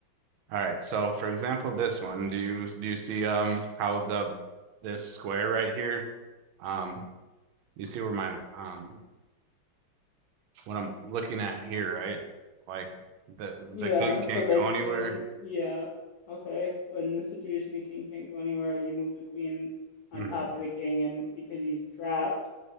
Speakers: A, on the right; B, on the left.
A: all right. So for example, this one, do you do you see um how the this square right here, um, you see where my um what I'm looking at here, right? Like the
B: Yeah,
A: the king can't
B: so the
A: go
B: queen,
A: anywhere.
B: yeah. Okay. So in this situation the king can't go anywhere. You move the queen on
A: hmm
B: top of the king and because he's trapped